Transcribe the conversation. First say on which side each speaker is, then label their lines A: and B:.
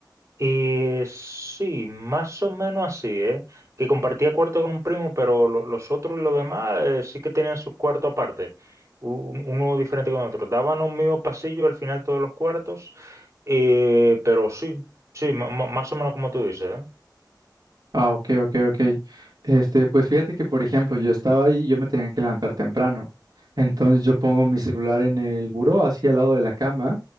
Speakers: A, on the right; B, on the right.
A: Y sí, más o menos así, ¿eh? Que compartía cuarto con un primo, pero lo- los otros los demás eh, sí que tenían sus cuartos aparte, un- uno diferente con otro. Daban un mismo pasillo al final todos los cuartos, eh, pero sí, sí, ma- ma- más o menos como tú dices, ¿eh?
B: Ah, ok, ok, ok. Este, pues fíjate que, por ejemplo, yo estaba ahí y yo me tenía que levantar temprano. Entonces yo pongo mi celular en el buró, así al lado de la cama,